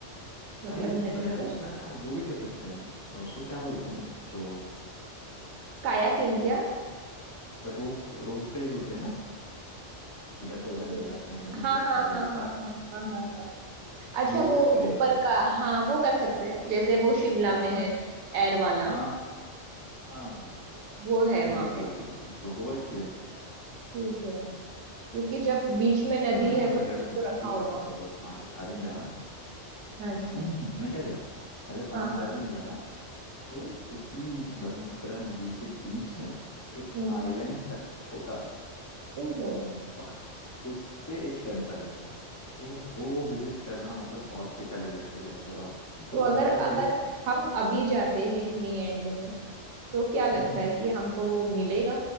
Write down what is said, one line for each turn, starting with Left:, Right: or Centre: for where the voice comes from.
Right: मतलब
Left: अरे
Right: नदी
Left: पता है
Right: में
Left: उसमें ना वो भी कर सकते हैं अ, उसको क्या बोलते हैं जो
Right: कायाकिंग क्या
Left: रोप रोप फेज होते हैं ना इधर से उधर
Right: ओके
Left: ले जाते हैं नदी
Right: हाँ
Left: के
Right: हाँ
Left: पार से
Right: हाँ
Left: उस
Right: हाँ
Left: पार
Right: हाँ हाँ हाँ हाँ अच्छा
Left: वो
Right: वो
Left: एक्सपीरियंस
Right: ऊपर
Left: कर सकते
Right: का
Left: हैं
Right: हाँ वो कर सकते हैं जैसे वो शिमला
Left: हाँ
Right: में है जो एयर वाला
Left: हाँ हाँ
Right: वो है
Left: बिल्कुल
Right: वहां पे
Left: बिल्कुल बिल्कुल तो वो एक्सपीरियंस
Right: ठीक है क्योंकि जब बीच में नदी
Left: हाँ ना
Right: है तो
Left: अगर
Right: कुछ
Left: मौसम
Right: तो रखा
Left: ठीक
Right: होगा
Left: रहा
Right: उन्होंने
Left: और पानी ज्यादा नहीं रहा हम्म
Right: अच्छा
Left: हम्म, हम्म, मैं क्या कह रहा हूँ अगर पानी
Right: हाँ
Left: ज्यादा
Right: हाँ
Left: नहीं रहा तो उसी ब्रह्मपुत्र नदी के बीच में एक
Right: हम्म
Left: आइलैंड सा है छोटा सा
Right: ओहो
Left: और उस पे एक टेम्पल है तो वो विजिट करना मतलब बहुत एक अलग एक्सपीरियंस होगा तो
Right: तो
Left: गुवाहाटी
Right: अगर
Left: में
Right: अगर
Left: ये सब
Right: हम अभी जाते हैं मई एंड में तो क्या लगता
Left: हम्म हम्म,
Right: है कि हमको वो मिलेगा